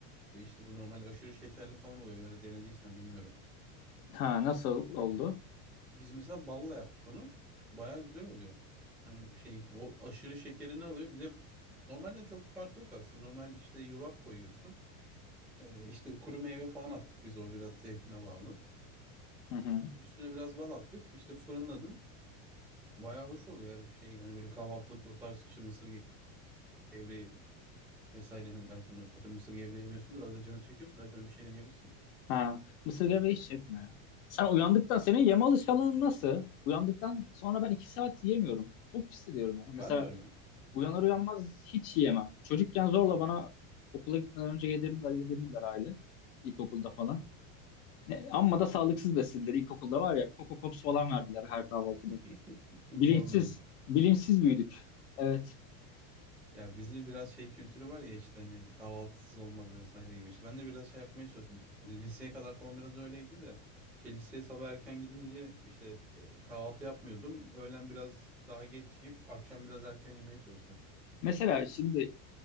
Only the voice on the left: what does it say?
Ha nasıl oldu?
Hı hı.
Ha mısır gevreği hiç çekmiyor. Sen uyandıktan senin yeme alışkanlığın nasıl? Uyandıktan sonra ben iki saat yemiyorum. Çok hissediyorum ya. Mesela
uyanır uyanmaz hiç yiyemem. Çocukken zorla bana okula gitmeden önce yedirdiler yedirdiler aile. İlkokulda falan. Ne, amma da sağlıksız beslediler. İlkokulda var ya Coco Pops falan verdiler her kahvaltıda.
Bilinçsiz,
bilinçsiz büyüdük. Evet.
Mesela şimdi